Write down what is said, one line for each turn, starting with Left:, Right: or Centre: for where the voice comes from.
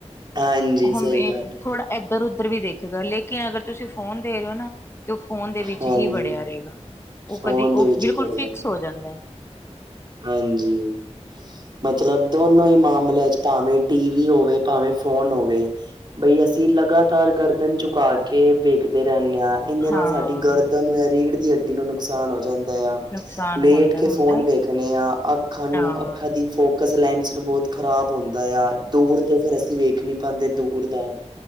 Right: ਹਾਂਜੀ, ਸਹੀ
Left: ਹੂੰ
Right: ਗੱਲ ਆ,
Left: ਥੋੜ੍ਹਾ ਇੱਧਰ ਉਧਰ ਵੀ ਦੇਖੇਗਾ ਲੇਕਿਨ ਅਗਰ ਤੁਸੀਂ ਫੋਨ ਦੇ ਰਹੇ ਹੋ ਨਾ। ਤੇ ਉਹ ਫੋਨ ਦੇ ਵਿੱਚ
Right: ਹਾਂਜੀ,
Left: ਹੀ ਵੜਿਆ ਰਹੇਗਾ ਉਹ
Right: ਫੋਨ
Left: ਕਦੇ
Right: ਦੇ
Left: ਉਹ
Right: ਵਿੱਚ
Left: ਬਿਲਕੁਲ
Right: ਹੀ ਵੜਿਆ,
Left: ਫਿਕਸ ਹੋ ਜਾਂਦਾ ਹੈ।
Right: ਹਾਂਜੀ ਮਤਲਬ ਦੋਨੋ ਹੀ ਮਾਮਲਿਆਂ 'ਚ ਭਾਵੇਂ ਟੀ-ਵੀ ਹੋਵੇ ਭਾਵੇਂ ਫੋਨ ਹੋਵੇ। ਬਈ ਅਸੀਂ ਲਗਾਤਾਰ ਗਰਦਨ ਝੁਕਾ ਕੇ ਵੇਖਦੇ ਰਹਿੰਦੇ ਹਾਂ ਇਹਦੇ ਨਾਲ
Left: ਹਾਂ
Right: ਸਾਡੀ ਗਰਦਾਂ ਨੂੰ ਜਾਂ ਰੀੜ੍ਹ ਦੀ ਹੱਡੀ ਨੂੰ ਨੁਕਸਾਨ ਹੋ ਜਾਂਦਾ ਆ।
Left: ਨੁਕਸਾਨ
Right: ਲੇਟ
Left: ਹੁੰਦਾ
Right: ਕੇ
Left: ਹੁੰਦਾ
Right: ਫੋਨ ਵੇਖਣੇ ਆ ਅੱਖਾਂ ਨੂੰ
Left: ਹਾਂ
Right: ਅੱਖਾਂ ਦੀ ਫੋਕ ਲੈਂਸ ਨੂੰ ਬਹੁਤ ਖ਼ਰਾਬ ਹੁੰਦਾ ਆ ਦੂਰ ਤੋਂ ਫੇਰ ਅਸੀਂ ਵੇਖ ਨੀ ਪਾਉਂਦੇ ਦੂਰ ਦਾ